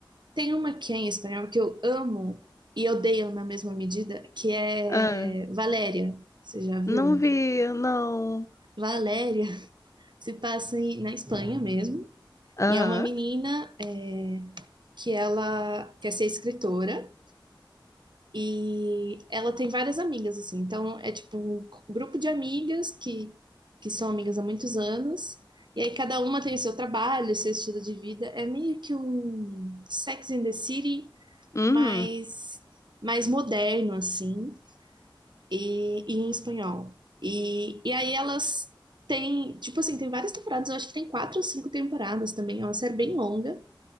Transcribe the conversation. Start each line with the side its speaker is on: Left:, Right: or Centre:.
Right: tem uma que é em espanhol que eu amo e odeio na mesma medida, que é
Left: Ah,
Right: Valéria. Você já viu?
Left: não vi, não.
Right: Valéria <laughs> se passa em- na Espanha mesmo.
Left: Aham.
Right: E é uma menina eh, que ela quer ser escritora. E ela tem várias amigas, assim. Então, é tipo um grupo de amigas que, que são amigas há muitos anos. E aí, cada uma tem o seu trabalho, o seu estilo de vida. É meio que um Sex and the City,
Left: Uhum.
Right: mas mais moderno, assim. E, e em espanhol. E, e aí, elas têm, tipo assim, tem várias temporadas. Eu acho que tem quatro ou cinco temporadas também. É uma série bem longa,